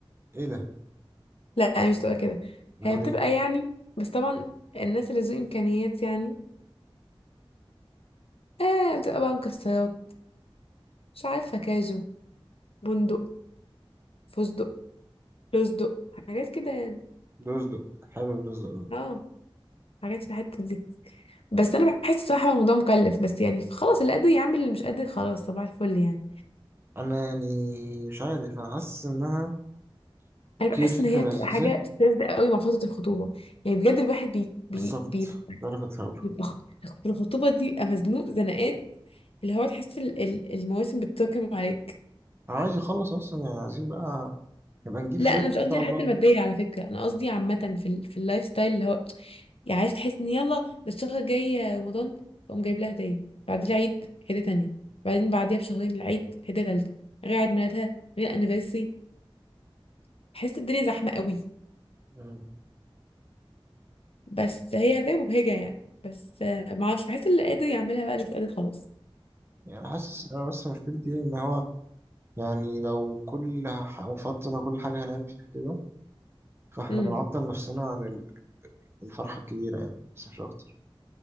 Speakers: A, on the right (about 25°); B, on the left (about 80°).
A: ايه ده
B: لا مش بتبقى كده
A: امال
B: هي بتبقى
A: ايه
B: يعني بس طبعا الناس اللي ذو إمكانيات يعني آه بتبقى بقى مكسرات مش عارفة كاجو بندق فستق لوزدق حاجات كده يعني
A: رزق حلو الرزق ده
B: اه حاجات في الحتة دي بس أنا بحس صراحة الموضوع مكلف بس يعني خلاص اللي قادر يعمل اللي مش قادر خلاص صباح الفل يعني
A: انا يعني مش عارف انا حاسس انها اوكي
B: أنا بحس
A: فكرة
B: إن هي
A: لذيذة
B: بتبقى حاجة ساذجة قوي مع فترة الخطوبة يعني بجد الواحد بي بي
A: بالظبط
B: بيبقى
A: ده اللي كنت هقوله
B: يبقى خ- في الخطوبة دي يبقى مزنوق زنقات اللي هو تحس ال- ال- المواسم بتتراكم عليك
A: انا عايز يخلص اصلا يعني عايزين بقى نبقى نجيب
B: لا
A: في بيتنا
B: انا مش
A: ان
B: قصدي
A: شاء
B: على
A: الله
B: الحته الماديه على فكره انا قصدي عامه في ال... في اللايف ستايل اللي هو يعني عايز تحس ان يلا ده الشهر الجاي رمضان فقوم جايب لها هديه بعد العيد هديه تانية بعدين بعديها بشهرين العيد هديه تالتة غير عيد ميلادها غير انيفرسري تحس الدنيا زحمه قوي
A: مم.
B: بس هي هديه مبهجه يعني بس آه، ما اعرفش بحس اللي قادر يعملها بقى اللي مش قادر خلاص
A: يعني حاسس انا بس مشكلتي إيه، ان هو يعني لو كل ح- فترة كل حاجة هنعمل فيها كده فاحنا
B: امم
A: بنعطل نفسنا عن ال- الفرحة الكبيرة يعني بس مش أكتر